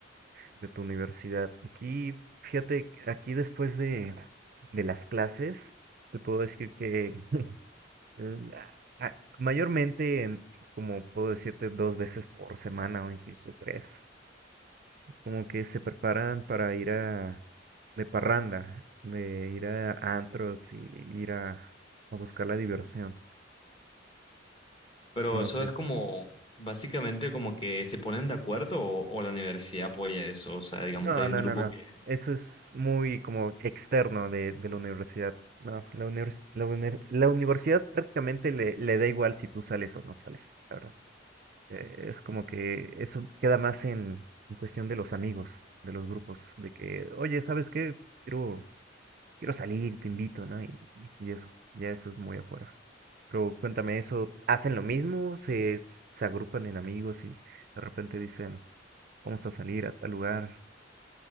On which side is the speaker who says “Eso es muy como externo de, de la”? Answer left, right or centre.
Right